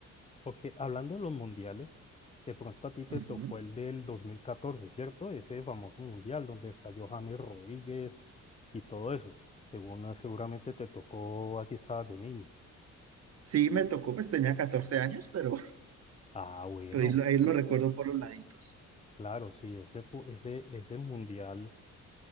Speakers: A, on the left; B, on the right.
A: Porque hablando de los mundiales, de pronto a ti te
B: Ujú.
A: tocó el del 2014, ¿cierto? Ese famoso mundial donde estalló James Rodríguez y todo eso. Según eh, seguramente te tocó, así estabas de niño.
B: Sí, me tocó, pues tenía catorce años, pero
A: Ah, bueno,
B: Pero ahí, lo ahí lo recuerdo por los laditos.
A: claro, sí, ese, fu- ese, ese mundial